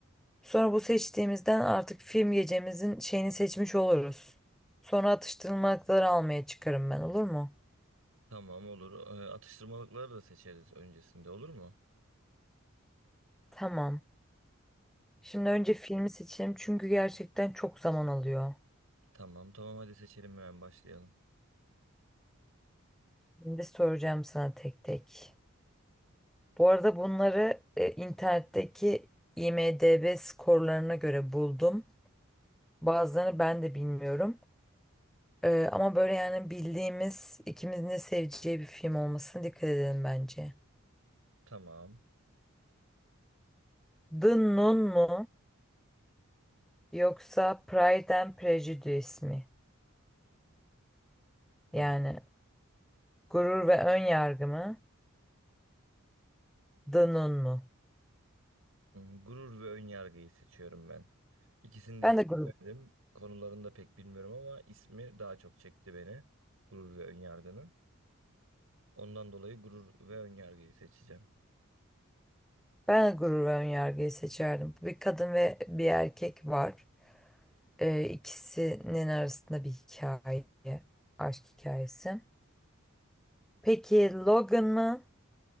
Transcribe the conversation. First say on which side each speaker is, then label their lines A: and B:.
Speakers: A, in the centre; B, on the right.
A: Sonra bu seçtiğimizden artık film gecemizin şeyini seçmiş oluruz. Sonra atıştırmalıkları almaya çıkarım ben olur mu?
B: Tamam olur. Ee, Atıştırmalıkları da seçeriz öncesinde olur mu?
A: Tamam. Şimdi önce filmi seçelim çünkü gerçekten çok zaman alıyor.
B: Tamam tamam hadi seçelim hemen başlayalım.
A: Şimdi soracağım sana tek tek. Bu arada bunları e, internetteki IMDb skorlarına göre buldum. Bazılarını ben de bilmiyorum. E, ama böyle yani bildiğimiz ikimizin de seveceği bir film olmasına dikkat edelim bence.
B: Tamam.
A: The Nun mu yoksa Pride and Prejudice mi? Yani
B: Evet.
A: Gurur ve Ön Yargı mı? The Nun mu?
B: Hmm, Gurur ve önyargıyı seçiyorum ben. İkisini
A: Ben
B: de hiç
A: de gurur,
B: bilmedim. Konularını da pek bilmiyorum ama ismi daha çok çekti beni. Gurur ve önyargının. Ondan dolayı gurur ve önyargıyı seçeceğim.
A: ben de gurur ve ön yargıyı seçerdim. Bir kadın ve bir erkek var. Ee, ikisinin arasında bir hikaye, aşk hikayesi. Peki Logan mı